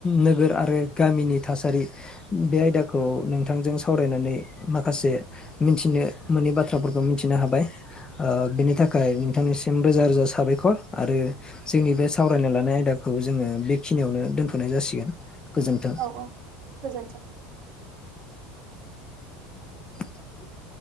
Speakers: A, on the left (about 20°); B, on the right (about 55°).
A: नोगोर आरो गामिनि थासारि बे आयदाखौ नोंथांजों सावरायनानै माखासे मिथिनो मोनै बाथ्राफोरखौ मि मिथिनो हाबाय ओ बेनि थाखाय नोंथांनिसिम रोजा रोजा साबायखर आरो। जोंनि बे सावरायना लानाय आयदा खौ जोङो बेखिनियावनो दोनथ'नाय जासिगोन। गोजोन्थों।
B: औ औ गोजोनथों।
A: <inaudible>